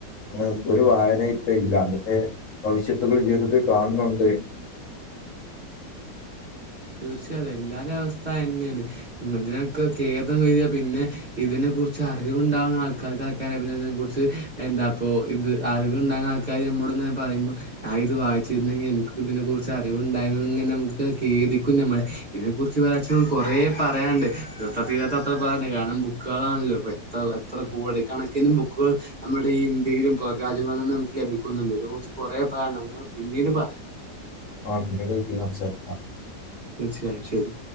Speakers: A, on the left; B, on the right.
A: അങ്ങനെ ഒരു വായനേം ഇപ്പ ഇല്ല അതിന്റെ ഭവിഷ്യത്തുകൾ ജീവിതത്തിൽ കാണുന്നുണ്ട്
B: തീർച്ചയായും എല്ലാരെ അവസ്ഥ അതന്നെയാണ് ഇതിനൊക്കെ ഖേദം ന്ന്വച്ചാ പിന്നെ ഇതിനെ കുറിച്ച് അറിവുണ്ടാവ്ണ ആൾക്കാർക്കേക്കാരം പിന്നിതിനെ കുറിച്ച് എന്താ പ്പോ ഇത് അറിവ്ണ്ടാവ്ണ ആൾക്കാര് മ്മളോട് ങ്ങനെ പറയുമ്പം ഞാ ഇത് വായിച്ചിരുന്നെങ്കിൽ എനിക്കും ഇതിനെ കുറിച്ച് അറിവ്ണ്ടായിരുന്നെങ്കി ങ്ങനെ നമുക്ക് ഖേദി ക്കും ഞമ്മള് ഇതിനെ കുറിച്ച് ആക്‌ച്വലി കൊറേ പറയാണ്ട് തീർത്ത തീരാത്തത്ര പറയാണ്ട് കാരണം ബുക്ക്കളാണല്ലോ ഇപ്പെ ത്ര എത്ര കോടി കണക്കിന് ബുക്കുകൾ നമ്മുടെ ഈ ഇന്ത്യയിലും പുറം രാജ്യങ്ങളിൽ നിന്നും നമുക്ക് ലഭിക്കുന്നുണ്ട്. ഇതിനെ കുറിച്ച് കൊറെ പറയാന്ണ്ട് നമുക്ക് പിന്നീട് പറയാം
A: ആഹ് പിന്നീടൊരിക്കല് സംസാരിക്കാം
B: തീർച്ചയായും ശരി